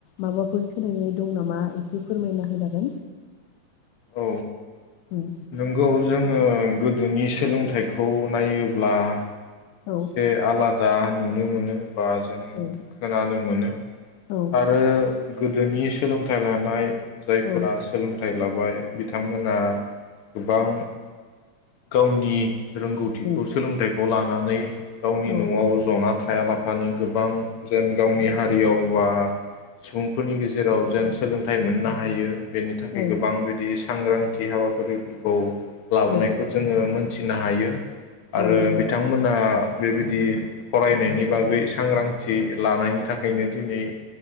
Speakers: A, on the left; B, on the left.
A: माबाफोर सोलायनाय दं नामा एसे बे फोरमायना होजागोन
B: औ
A: उम
B: नंगौ जोङो गोदोनि सोलोंथाइखौ नायोब्ला
A: औ
B: एसे आलादा नुनो मोनो। बा जों
A: औ
B: खोनानो मोनो
A: औ
B: आरो गोदोनि सोलोंथाइ लानाय जायफोरा
A: औ
B: सोलोंथाइ लाबो मबाइल <unintelligible> बिथांमोना गोबां गावनि रोंगौथिखौ
A: उम
B: सोलोंथाइखौ खौ लानानै गावनि
A: औ
B: न'आव जना था हायालाफानो गोबां जेन गावनि हारियाव बा सुबुंफोरनि गेजेराव जेन सोलोंथाइ मोननो हायो। बेनि थाखाय
A: औ
B: गोबां बिदि सांग्रांथि हाबाफारिफोरखौ लाबोनायखौ
A: औ
B: जोङो मोन मोनथिनो हायो आरो
A: औ नंगौ
B: बिथांमोना बेबायदि फरायनायनि बागै सांग्रांथि लानायनि थाखायनो दिनै